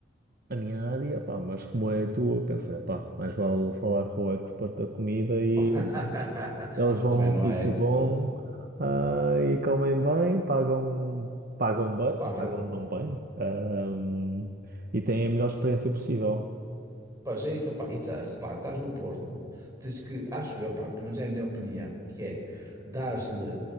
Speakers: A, on the right; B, on the right.
A: a minha área, pá, mas como é a tua, eu pensei, pá, mais vale falar com o expert da comida e
B: <laughs>
A: assim. Eles vão
B: Também
A: a
B: não
A: um sítio
B: é expert.
A: bom, ah, e comem bem, pagam, pagam bem,
B: Pá,
A: pagam não bem, ahm, e têm a melhor experiência possível.
B: Pois é isso, pá, isso, ah, repara, estás no Porto, tens que, acho eu, pá, pelo menos é a minha opinião, que é dás-lhe